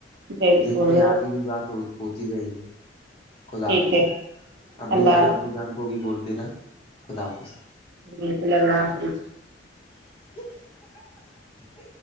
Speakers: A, on the right; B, on the left.
A: بالکل
B: دیکھتے ہیں آگے بھی بات ہو ہوتی رہیں گی خدا
A: ٹھیک
B: آاپس
A: ہے
B: امی
A: اللہ
B: جان ابو جان کو بھی بولتے نا خدا آاپس
A: رحم اللہ حافظ
B: <inaudible>